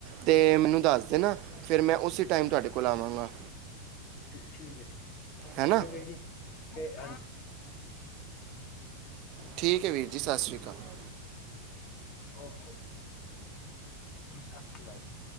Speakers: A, on the right (about 40°); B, on the left (about 35°).
A: ਤੇ ਮੈਨੂੰ ਦੱਸ ਦੇਣਾ ਫਿਰ ਮੈਂ ਉਸੇ ਟਾਈਮ ਤੁਹਾਡੇ ਕੋਲ ਆਵਾਂਗਾ।
B: ਠੀਕ ਐ ਠੀਕ ਚਲੋ
A: ਹੈ ਨਾ
B: ਠੀਕ ਏ ਫਿਰ। ਤੇ <unintelligible>
A: ਠੀਕ ਏ ਵੀਰ ਜੀ ਸਾਸਰੀ ਕਾਲ।
B: ਓਕੇ। ਸਾਸਰੀ ਕਾਲ ਜੀ।